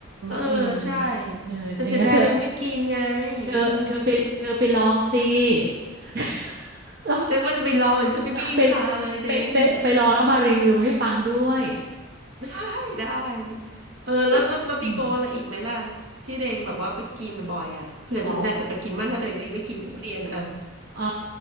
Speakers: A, on the right; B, on the right.
A: เออใช่
B: เออเอออย่างเงี้ยเธอ
A: แต่เสียดายยังไม่กินไง
B: เธอเธอไปเธอไปลองสิ
A: เออ
B: <laughs> แล้ว
A: ฉันว่าจะไปรออยู่ฉันไม่มีเวลาเลยเดง
B: ไปไปไปไปลองแล้วมารีวิวให้ฟังด้วย
A: <laughs> ได้ได้เออแล้วแล้วแล้วมีโปรอะไรอีกไหมล่ะ
B: <laughs> อืม
A: ที่เดงแบบว่าไปกินบ่อยๆอ่ะเผื่อฉันจะจะไปกินบ้างถ้าเดงไม่กินทุเรียนอ่ะ
B: อ๋อเออ